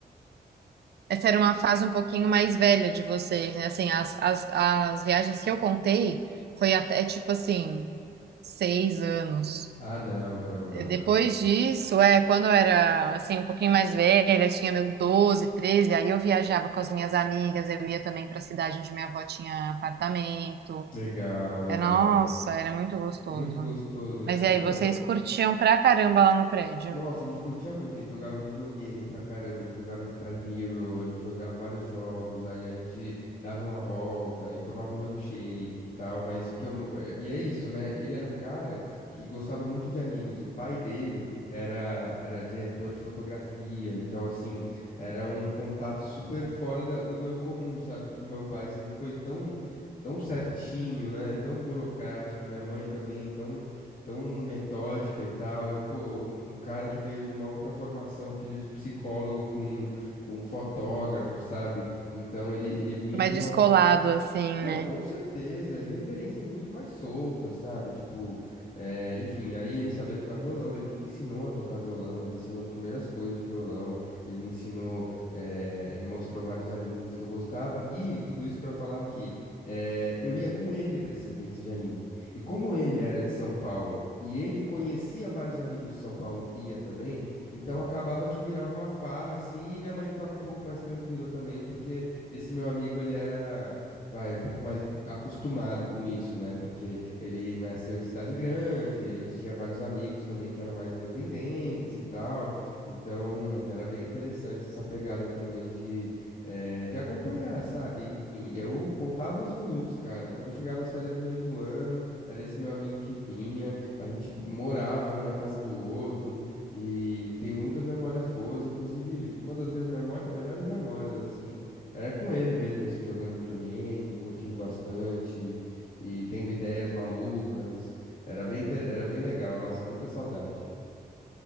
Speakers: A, on the right; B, on the left.
A: Essa era uma fase um pouquinho mais velha de vocês, né? Assim, as, as, as viagens que eu contei foi até tipo assim, seis anos.
B: Ah, não, não, não.
A: Depois
B: eu- eu-
A: disso, é, quando eu era assim, um pouquinho mais velha, tinha meus doze treze aí eu viajava com as minhas amigas, eu ia também para a cidade onde minha avó tinha apartamento.
B: Legal, legal.
A: É, nossa, era muito gostoso.
B: É muito gostoso,
A: Mas
B: né?
A: e
B: Então.
A: aí, vocês curtiam pra caramba lá no prédio?
B: Nossa, a gente curtia muito, a gente jogava videogame pra caramba, a gente jogava Guitar Hero, a gente jogava vários jogos, aí a gente dava uma volta e tomava um milkshake e tal, mas o que eu... ma- eh, E é isso, né? Ele era um cara que gostava muito de animes, o pai dele era, era diretor de fotografia, então assim, era um contato super fora da- do meu comum, sabe? Porque meu pai sempre foi tão... Tão certinho, né? Tão burocrático, minha mãe também, então tão metódica e tal. E, pô, um, um cara que veio de uma outra formação, filho de psicólogo com, com fotógrafo, sabe? Então ele, ele vinha
A: Mais
B: de uma
A: descolado, assim,
B: não,
A: né?
B: com certeza, e referências muito mais soltas, sabe? Tipo, eh, enfim, aí ele sabia tocar violão, ele que me ensinou a tocar violão, ele me ensinou as primeiras coisas de violão, ele me ensinou, eh, me mostrou vários animes que eu gostava, e tudo isso pra falar que eh, eu ia com ele pra esses eventos de anime. E como ele era de São Paulo, e ele conhecia vários amigos de São Paulo que ia também, então acabava que virava uma farra, assim, e minha mãe ficava um pouco mais tranquila também, porque esse meu amigo, ele era vai, é um pouco mais acostumado com isso, né? Porque ele nasceu em cidade grande, ele tinha vários amigos também que eram mais independentes e tal. Então, era bem interessante essa pegada também de, eh, de acompanhar, sabe? Enfim, eu contava os minutos, cara. Quando chegava as férias do meio do ano, era esse meu amigo que vinha, a gente morava um na casa do outro. E tenho muitas memórias boas, inclusive uma das minhas memó- melhores memórias, assim. Era com ele mesmo, assim, jogando videogame, curtindo bastante e tendo ideias malucas. Era bem, inter- era bem legal. Nossa, muita saudade.